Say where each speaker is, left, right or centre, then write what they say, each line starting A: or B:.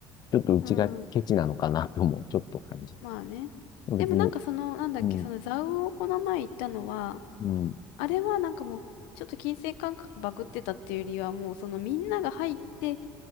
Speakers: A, on the left; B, on the left.
A: ちょっとうちがケチなのかなとも、
B: うん。
A: ちょっと感じた。
B: まあね。
A: 別に、
B: でもなんかその、なんだっけ、
A: うん、
B: その蔵魚をこの前行ったのは、
A: うん、
B: あれはなんかもう、ちょっと金銭感覚バグってたっていうよりは、もうそのみんなが入って、